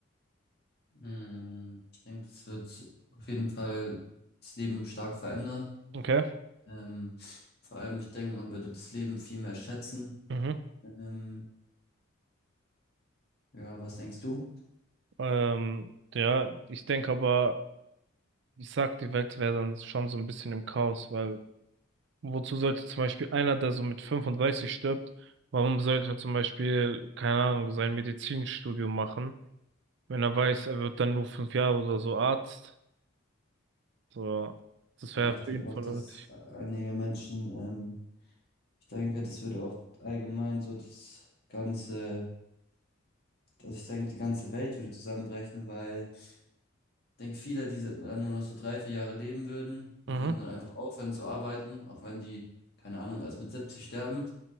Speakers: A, on the left (about 50°); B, on the right (about 55°).
A: Hm, ich denke, das wird auf jeden Fall das Leben stark verändern.
B: Okay.
A: Ähm, vor allem, ich denke, man würde das Leben viel mehr schätzen.
B: Mhm.
A: Ähm, ja, was denkst du?
B: Ähm, ja, ich denke aber. Ich sag, die Welt wäre dann schon so ein bisschen im Chaos, weil wozu sollte zum Beispiel einer, der so mit 35 stirbt, warum sollte er zum Beispiel, keine Ahnung, sein Medizinstudium machen, wenn er weiß, er wird dann nur fünf Jahre oder so Arzt? So, das
A: Ja,
B: wäre
A: ich
B: für
A: denke
B: ihn voll.
A: auch, dass
B: unnötig.
A: einige Menschen, ähm, ich denke, das würde auch allgemein so das ganze, also ich denke, die ganze Welt würde zusammenbrechen, weil denke, viele, die dann nur noch so drei, vier Jahre leben würden, würden
B: Mhm.
A: dann einfach aufhören zu arbeiten, auch wenn die, keine Ahnung, erst mit 70 sterben.